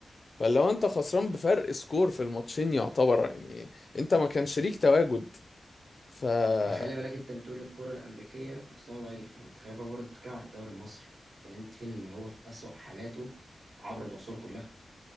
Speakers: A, on the left (about 50°); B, on the right (about 75°).
A: فلو انت خسران بفرق سكور في الماتشين يعتبر يعني انت ما كان شريك تواجد فمش
B: ما خلي بالك انت بتقول الكرة الأمريكية في مستوى ضعيف ما انت خلي بالك برضه بتتكلم على الدوري المصري كلمت فين ان هو في أسوأ حالاته عبر العصور كلها